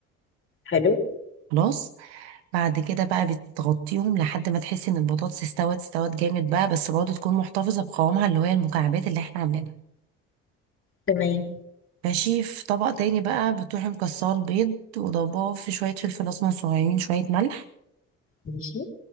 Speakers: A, on the left; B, on the right.
A: حلو
B: خلاص بعد كده بقى بتغطيهم لحد ما تحسي ان البطاطس استوت استوت جامد بقى بس برضه تكون محتفظة بقوامها اللي هي المكعبات اللي احنا عاملينها
A: تمام
B: ماشي في طبق تاني بقى بتروحي مكسرة البيض وضرباه في شوية فلفل أسمر صغيرين شوية ملح
A: ماشي